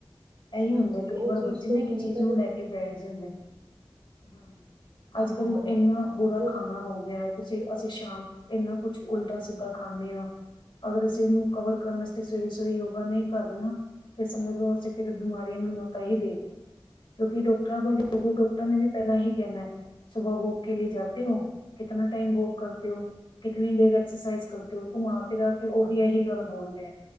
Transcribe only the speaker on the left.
ਇਹੀ
ਹੁੰਦਾ ਕਈ
ਵਾਰ
ਬੱਚੇ
ਨਾ ਇੱਕ
ਚੀਜ਼
ਨੂੰ ਲੈ ਕੇ ਬੈਠ ਜਾਂਦੇ ਨੇ ਹਮ ਅੱਜ
ਕੱਲ ਇੰਨਾ ਬੁਰਾ
ਖਾਣਾ ਹੋ ਗਿਆ ਤੁਸੀਂ ਅਸੀਂ ਸ਼ਾਮ ਇੰਨਾ ਕੁਛ ਉਲਟਾ ਸਿੱਧਾ ਖਾਂਦੇ ਹਾਂ ਅਗਰ ਅਸੀਂ ਉਹਨੂੰ ਕਵਰ ਕਰਨ ਵਾਤੇ ਸਵੇਰੇ ਸਵੇਰੇ ਯੋਗ ਨਹੀਂ ਕਰ ਰਹੇ ਤਾਂ ਸਮਝ ਲਓ ਅਸੀਂ ਫਿਰ ਬਿਮਾਰੀਆਂ ਨੂੰ ਨੋਤਾ ਹੀ ਦੇ ਦੇਣਾ ਕਿਉਂਕਿ ਡਾਕਟਰਾਂ ਕੋਲ ਜਾਗੇ ਡਾਕਟਰ ਨੇ ਵੀ ਪਹਿਲਾਂ ਏਹੀ ਕਹਿਣਾ ਹੈ ਸੁਬਾਹ ਵੋਕ ਕੇ ਲਿਏ ਜਾਤੇ ਹੋ ਕਿਤਨਾ ਟਾਈਮ ਵੋਕ ਕਰਤੇ ਹੋ ਕਿਤਨੀ ਦੇੇਰ ਐਕਸਰਸਾਈਜ਼ ਕਰਦੇ ਹੋ ਘੁਮਾ ਫਿਰਾ ਕੇ ਉਹ ਵੀ ਏਹੀ ਗੱਲ ਬੋਲ ਦੇ ਹੈ